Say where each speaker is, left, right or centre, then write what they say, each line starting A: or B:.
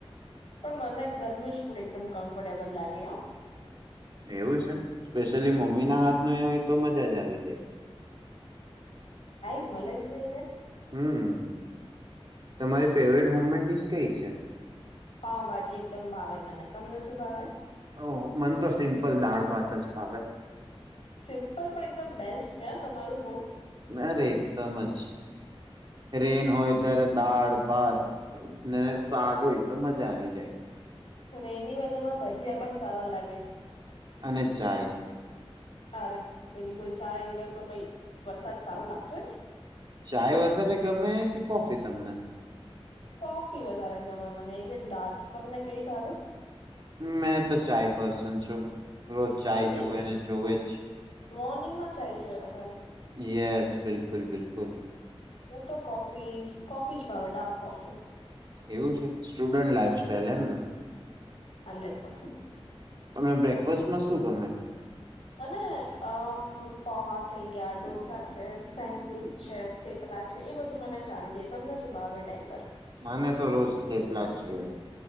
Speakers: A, on the left; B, on the right.
A: પણ મને ઘરનું જ ફૂડ એકદમ કમ્ફર્ટેબલ લાગે હ.
B: એવું છે સ્પેશિયલી મમ્મી ના હાથની હોય તો મજા જ આવી જાય.
A: મલેજ. <unintelligible>
B: હમ તમારી ફેવરેટ હોમમેટ ડિશ કઈ છે?
A: પાવ ભાજી એકદમ ભાવે મને, તમને શું ભાવે?
B: ઓહો મન તો સિમ્પલ દાળ ભાત જ ભાવે.
A: સિમ્પલ પણ એકદમ બેસ્ટ છે હ તમારું ફૂડ.
B: અરે એકદમ જ રેન હોય ત્યારે દાળ, ભાત ને શાક હોય તો મજા આવી જાય.
A: રેની વેધર માં ભજીયા પણ સારા લાગે.
B: અને ચાય
A: અરે બિલકુલ. જારે વગર તો કઈ વરસાદ સારો લાગતો હોયશ.
B: ચાય વધારે ગમે કે કોફી તમને.
A: કોફી વધારે ગમે મને એી ડાર્ક તમને કઈ ભાવે.
B: મેં તો ચાય પર્સન છું રોજ ચાય
A: મોર્નિંગ
B: જોવેને જોવે જ
A: મોર્નિંગમાં ચાય જોઈએ વધારે
B: યસ. બિલક બિલકુલ બિલકુલ.
A: હું તો કોફી કોફી જ ભાવે ડાર્ક કોફી.
B: એવું છે સ્ટુડન્ટ લાઈફ સ્ટાઈલ એમ ને.
A: Hundred percent.
B: તમને બ્રેકફાસ્ટમાં શું ગમે.
A: મને અમ પોહા થઈ ગયા ઢોસા છે સેન્ડવીચ છે થેપલા છે એ બધું મને ચાલી જાય તમને શું ભાવે એ ટાઈમ પર.
B: મને તો રોજ થેપલા જ જોઈએ.